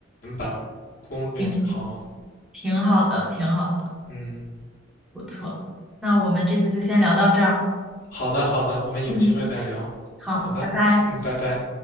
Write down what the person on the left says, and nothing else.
把攻略做好。
嗯，
好的好的，我们有机会再聊，
好吧？
嗯，拜拜。